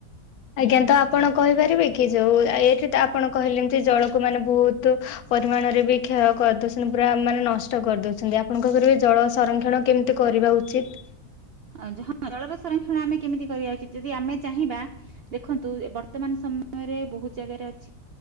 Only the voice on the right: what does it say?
ଅ ଜ ହଁ ଜଳର ସଂରକ୍ଷଣ ଆମେ କେମିତି କରିବା ଉଚିତ ଯଦି ଆମେ ଚାହିଁବା ଦେଖନ୍ତୁ ଏ ବର୍ତ୍ତମାନ ସମୟରେ ବହୁତ ଜାଗାରେ ଅଛି